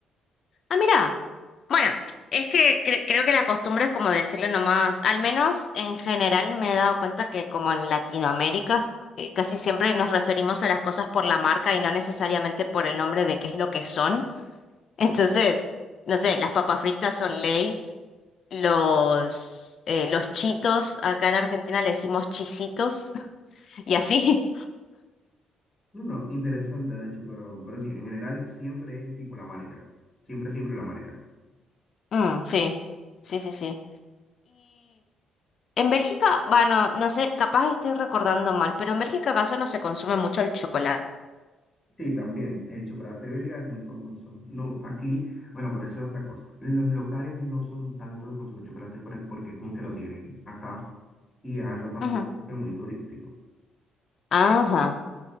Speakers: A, on the left; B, on the left.
A: Ah, mira. Bueno, es que cre- creo que la costumbre es como decirle nomás, al menos en general me he dado cuenta que como en Latinoamérica eh, casi siempre nos referimos a las cosas por la marca y no necesariamente por el nombre de qué es lo que son. <laughs> Entonces, no sé, las papas fritas son Lay's, los, eh, los chitos, acá en Argentina le decimos chisitos <laughs> y así.
B: No, no, interesante, de hecho, pero, pero sí, en general siempre es tipo la marca. Siempre, siempre la marca.
A: Mm, sí, sí, sí, sí. En Bélgica, bueno, no sé, capaz estoy recordando mal, pero en Bélgica acaso no se consume mucho el chocolate.
B: Sí, también, el chocolate belga es muy famoso. No, aquí, bueno, pero eso es otra cosa. Los locales no son tanto de consumir chocolate, pero es porque como que lo tienen acá y es algo también
A: Ajá.
B: como que muy turístico.
A: Ajá,